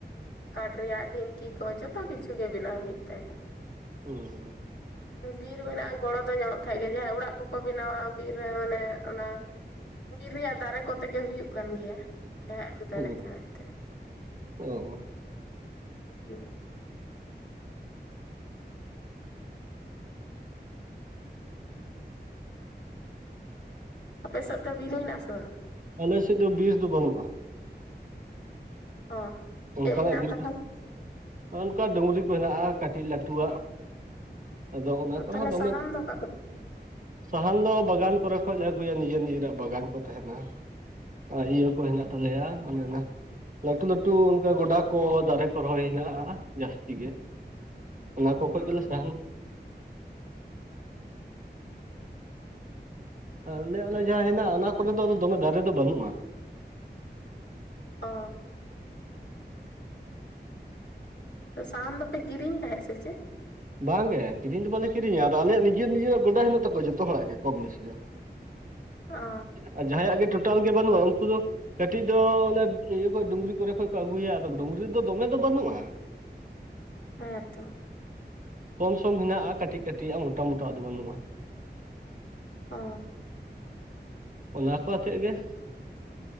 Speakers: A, on the left (about 85°); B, on the right (about 50°).
A: ᱠᱟᱴ ᱨᱮᱭᱟᱜ ᱰᱷᱤᱝᱠᱤ ᱠᱚ ᱡᱚᱛᱚ ᱠᱤᱪᱷᱩ ᱜᱮ ᱵᱮᱱᱟᱣ ᱦᱩᱭᱩᱜ ᱛᱟᱦᱮᱸᱫ᱾
B: ᱦᱩᱸ
A: ᱵᱤᱨ ᱢᱮᱱᱟᱜᱼᱟ ᱜᱚᱲᱚ ᱫᱚ ᱧᱟᱢᱚᱜ ᱛᱟᱦᱮᱸᱫ ᱜᱮᱭᱟ ᱡᱟᱦᱟᱸᱭ ᱚᱲᱟᱜ ᱠᱚᱠᱚ ᱵᱮᱱᱟᱣᱟ ᱵᱤᱨ ᱨᱮ ᱢᱟᱱᱮ ᱚᱱᱟ ᱵᱤᱨ ᱨᱮᱭᱟᱜ ᱫᱟᱨᱮ ᱠᱚᱛᱮ ᱜᱮ ᱦᱩᱭᱩᱜ ᱠᱟᱱ ᱜᱮᱭᱟ ᱡᱟᱦᱟᱸᱭ ᱟᱹᱜᱩ ᱫᱟᱲᱮᱜ
B: ᱦᱩᱸ
A: ᱠᱷᱟᱱᱮ ᱮᱱᱛᱮ᱾
B: ᱚ
A: ᱦᱩᱸ ᱟᱯᱮ ᱥᱮᱫ ᱫᱚ ᱵᱤᱨ ᱢᱮᱱᱟᱜᱼᱟ ᱥᱮ ᱵᱟᱹᱱᱩᱜᱼᱟ?
B: ᱟᱞᱮ ᱥᱮᱫᱽ ᱫᱚ ᱵᱤᱨ ᱫᱚ ᱵᱟᱹᱱᱩᱜᱼᱟ᱾
A: ᱚ
B: ᱚᱱᱠᱟᱱᱟᱜ
A: ᱪᱮᱫ ᱢᱮᱱᱟᱜᱼᱟ
B: ᱵᱤᱨ
A: ᱛᱟᱦᱚᱞᱮ
B: ᱠᱚ, ᱚᱱᱠᱟ ᱰᱩᱝᱨᱤ ᱠᱚ ᱦᱮᱱᱟᱜᱼᱟ ᱠᱟᱹᱴᱤᱡᱽ ᱞᱟᱹᱴᱩ ᱣᱟᱜ᱾ ᱟᱫᱚ ᱚᱱᱟ ᱠᱚᱨᱮ
A: ᱛᱟᱦᱚᱞᱮ
B: ᱦᱚᱸ ᱫᱚᱢᱮ
A: ᱥᱟᱦᱟᱱ ᱫᱚ ᱚᱠᱟ ᱠᱷᱚᱡ
B: ᱥᱟᱦᱟᱱ ᱫᱚ ᱵᱟᱜᱟᱱ ᱠᱚᱨᱮ ᱠᱷᱚᱡ ᱞᱮ ᱟᱹᱜᱩᱭᱟ ᱱᱤᱡᱮᱨ ᱱᱤᱡᱮᱨᱟᱜ ᱵᱟᱜᱟᱱ ᱠᱚ ᱛᱟᱦᱮᱸᱱᱟ᱾ ᱟᱭ ᱤᱭᱟᱹ ᱠᱚ ᱦᱮᱱᱟᱜ ᱛᱟᱞᱮᱭᱟ ᱚᱱᱮ ᱚᱱᱟ ᱞᱟᱹᱴᱩ ᱞᱟᱹᱴ ᱴᱩ ᱚᱱᱠᱟ ᱜᱚᱰᱟ ᱠᱚ ᱫᱟᱨᱮ ᱠᱚ ᱨᱚᱦᱚᱭ ᱦᱮᱱᱟᱜᱼᱟ ᱡᱟᱹᱥᱛᱤ ᱜᱮ᱾ ᱚᱱᱟ ᱠᱚ ᱠᱷᱚᱡ
A: ᱚ
B: ᱜᱮᱞᱮ ᱥᱟᱦᱟᱱᱟ᱾ ᱟᱞᱮ ᱚᱱᱮ ᱡᱟᱦᱟᱸ ᱦᱮᱱᱟᱜ ᱚᱱᱟ ᱠᱚᱨᱮ ᱫᱚ ᱟᱫᱚ ᱫᱚᱢᱮ ᱫᱟᱨᱮ ᱫᱚ ᱵᱟᱹᱱᱩᱜᱼᱟ᱾
A: ᱚ ᱥᱟᱦᱟᱱ ᱫᱚᱯᱮ ᱠᱤᱨᱤᱧ ᱛᱟᱦᱮᱸᱫ ᱥᱮ ᱪᱮᱫ?
B: ᱵᱟᱝ ᱜᱮ ᱠᱤᱨᱤᱧ ᱫᱚ ᱵᱟᱞᱮ ᱠᱤᱨᱤᱧᱟ ᱟᱫᱚ ᱟᱞᱮᱭᱟᱜ ᱱᱤᱡᱮᱨ ᱱᱤᱡᱮᱨᱟᱜ ᱜᱚᱰᱟ ᱦᱮᱱᱟᱜ ᱛᱟᱠᱚᱣᱟ ᱡᱚᱛᱚ ᱦᱚᱲᱟᱜ ᱜᱮ ᱠᱚᱢ ᱵᱮᱥᱤ ᱫᱚ᱾
A: ᱚ
B: ᱟᱨ ᱡᱟᱦᱟᱸᱭᱟᱜ ᱜᱮ ᱴᱳᱴᱟᱞ ᱜᱮ ᱵᱟᱹᱱᱩᱜᱼᱟ ᱩᱱᱠᱩ ᱫᱚ ᱠᱟᱹᱴᱤᱡᱽ ᱫᱚ ᱚᱱᱮ ᱤᱭᱟᱹ ᱠᱷᱚᱡ ᱰᱩᱝᱨᱤ ᱠᱚᱨᱮ ᱠᱷᱚᱱ ᱠᱚ ᱟᱹᱜᱩᱭᱟ ᱟᱫᱚ ᱰᱩᱝᱨᱤ ᱨᱮᱫᱚ ᱫᱚᱢᱮ ᱫᱚ ᱵᱟᱹᱱᱩᱜᱼᱟ᱾
A: ᱦᱮᱸ ᱛᱚ᱾
B: ᱠᱚᱢ ᱥᱚᱢ ᱦᱮᱱᱟᱜᱼᱟ ᱠᱟᱹᱴᱤᱡᱽ ᱠᱟᱹᱴᱤᱡᱽ ᱟᱜ ᱢᱚᱴᱟ ᱢᱚᱴᱟᱦᱟᱜ ᱫᱚ ᱵᱟᱹᱱᱩᱜᱼᱟ᱾
A: ᱚ
B: ᱚᱱᱟ ᱠᱚ ᱟᱛᱮᱫ ᱜᱮ᱾